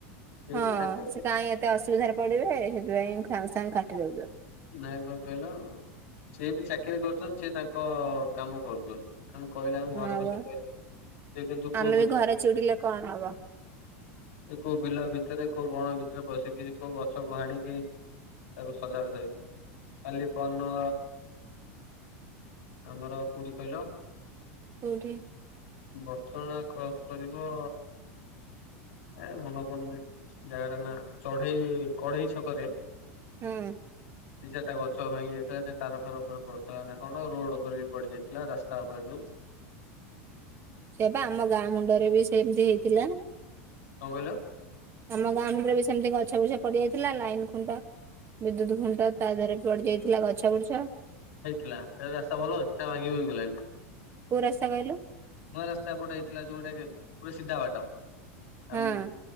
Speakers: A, on the left; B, on the right.
A: ସିଏ
B: ହଁ,
A: ବି ତାଙ୍କ
B: ସେ କାଇଁ ଏତେ ଅସୁବିଧାରେ ପଡିବେ, ହେଇଥି ପାଇଁ ସାଙ୍ଗେ ସାଙ୍ଗେ କାଟି ଦଉଚ
A: ନାଇଁ, କଣ କହିଲ? ସିଏ ବି ଚାକିରି କରୁଚନ୍ତି, ସିଏ ତାଙ୍କ କାମ କରୁଚନ୍ତି। ଆମକୁ କହିଲେ ଆମ ଘର
B: ହଁ
A: ବସି
B: ବା
A: କହି ଦଉଚନ୍ତି, ସେ କିନ୍ତୁ
B: ଆମେ
A: କୋଉ ପିଲା
B: ବି ଘରେ ଚିଡିଲେ କଣ ହବ?
A: ସେ କୋଉ ବିଲ ଭିତରେ କୋଉ ବଣ ଭିତରେ ବସିକି କୋଉ ଗଛକୁ ହାଣିକି ତାକୁ ସଜାଡିଦେବେ କାଲି ପଅନ। ଆମର କୋଠି କହିଲ?
B: କୋଉଠି?
A: ବଡଚଣା କ୍ରସ୍ କରିବ ଏ ମନ ପଡୁନେହିଁ ଜାଗଟା ନା ଚଢେଇ କଢେଇ ଛକରେ।
B: ହୁଁ।
A: ଦିଚାରିଟା ଗଛ ଭାଙ୍ଗି ଯାଇଥିଲା ସେ ତାର ଫାର ଉପରେ ପଡ଼ିଥିଲା ନା କଣ ରୋଡ ଉପରେ ବି ପଡି ଯାଇଥିଲା ରାସ୍ତା ଉପରେ ବିନିସ୍
B: ସେ ପା ଆମ ଗାଁ ମୁଣ୍ଡରେ ବି ସେମିତି ହେଇଥିଲା।
A: କଣ କହିଲ?
B: ଆମ ଗାଁମୁଣ୍ଡ ରେ ବି ସେମିତି ଗଛ ଗୁଛା ପଡି ଯାଇଥିଲା ଲାଇନ ଖୁଣ୍ଟ ବିଦ୍ୟୁତ ଫୁଣ୍ଟ ତା ଦେହରେ ପଡି ଯାଇଥିଲା ଗଛ ବୁଛ।
A: ହେଇଥିଲା ଏବେ ରାସ୍ତା ଭଲ ଅଛି ନା ଭାଙ୍ଗି ଭୁଙ୍ଗି ଗଲାଣି?
B: କୋଉ ରାସ୍ତା କହିଲୁ?
A: ନୂଆ ରାସ୍ତା ଏପଟେ ହେଇଥିଲା ଯୋଉ ଟାକି ପୁରା ସିଧା ବାଟ
B: ହଁ
A: ଆମୁ